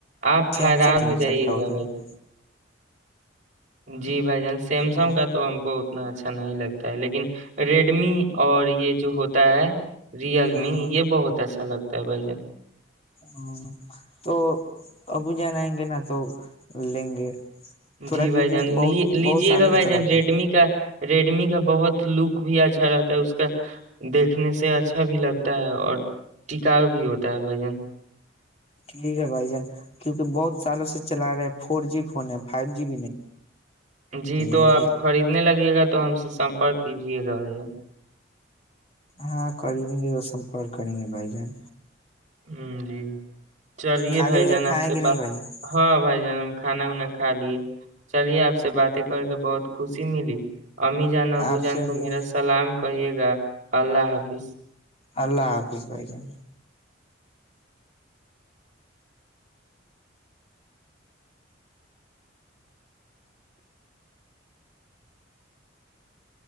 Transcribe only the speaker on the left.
سیمسنگ
سیمسنگ
کا
ہوتا
ہے
ہاں
ہاں
ہ تو ابو جانائیں گے نا تو لیں گے تھوڑا
کیونکہ
بہت
بہت سالوں
سے چلاتے
ہیں
ٹھیک ہے بھائی جان کیونکہ بہت سالوں سے چلا رہے فور جی فون ہے فائیو جی بھی نہیں
ہے
ہاں کر ہی دیں گے تو سمپرک کریں گے بھائی جان
کھاجے
وجے
کھائے
کہ نہیں
بھائی جان
آپ
سے
بھی
اللہ حافظ بھائی جان